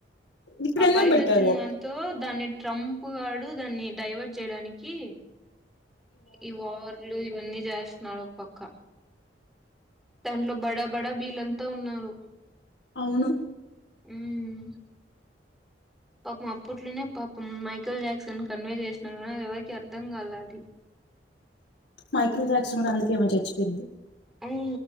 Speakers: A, on the left; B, in the centre.
A: ఇప్పుడు
B: ఆ
A: ఎందుకు
B: బయట
A: పెట్టారు
B: వచ్చింది దాంతో దాన్ని ట్రంప్ గడు దాన్ని డైవర్ట్ చేయడానికి ఈ వార్లు ఇవన్నీ జాస్ స్తున్నాడు పక్క తంలో బడా బడా కూడా వీలంతా ఉన్నారు
A: అవును
B: ఉం పాపం అప్పట్లోనే పాపం మైకల్ జాక్సన్ కన్వే చేసినడు కానీ ఎవరికిీ అర్థం కాలది
A: మైక్రోజాక్స్ కూడా అందుకే ఏమై చచ్చిపోయింది
B: అవు